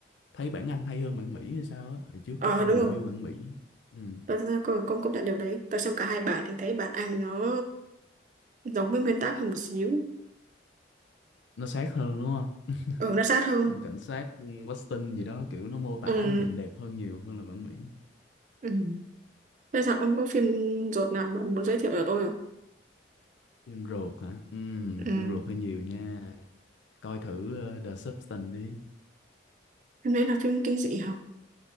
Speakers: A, on the left; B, on the right.
A: thấy bản Anh hay hơn bản Mỹ hay sao á? Hồi trước
B: Ờ
A: có coi
B: đúng
A: review
B: rồi.
A: bản Mỹ. Ừ,
B: Tôi, tôi, tôi, con công nhận điều đấy. Tôi xem cả hai bản thì thấy bản Anh nó giống với nguyên tác hơn một xíu.
A: nó sát hơn đúng không?
B: Ừ, nó sát hơn.
A: Ông cảnh sát Weston gì đó kiểu nó mô tả
B: Ừ.
A: nhìn đẹp hơn nhiều hơn là bản Mỹ.
B: Ừ. Bây giờ ông có phim ruột nào mà muốn giới thiệu cho tôi không?
A: Phim ruột hả? Ừ,
B: Ừ.
A: phim ruột hơi nhiều nha. coi thử ờ, The Substance đi
B: Phim đấy là phim kinh dị hả?